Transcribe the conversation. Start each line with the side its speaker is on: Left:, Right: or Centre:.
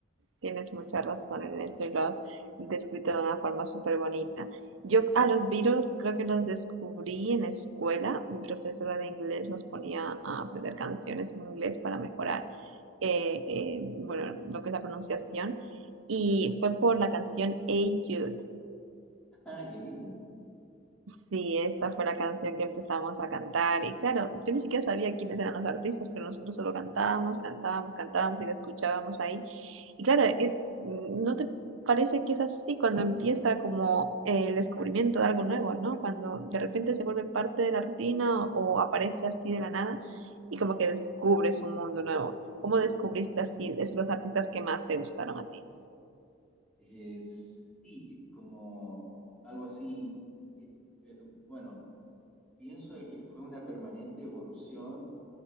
Right: tienes mucha razón en eso y lo has descrito de una forma súper bonita. Yo a los Beatles creo que los descubrí en escuela. Mi profesora de inglés nos ponía a aprender canciones en inglés para mejorar, eh, eh, bueno, lo que es la pronunciación. Y fue por la canción Hey Jude.
Centre: <laughs> ah, qué linda.
Right: Sí, esa fue la canción que empezamos a cantar. Y claro, yo ni siquiera sabía quiénes eran los artistas, pero nosotros solo cantábamos, cantábamos, cantábamos y la escuchábamos ahí. Y claro, es- mm, ¿no te parece que es así cuando empieza como el descubrimiento de algo nuevo, ¿no? Cuando de repente se vuelve parte de la rutina o, o aparece así de la nada y como que descubres un mundo nuevo. ¿Cómo descubriste así es los artistas que más te gustaron a ti?
Centre: Eh, sí, como algo así, eh, eh, bueno, pienso de que fue una permanente evolución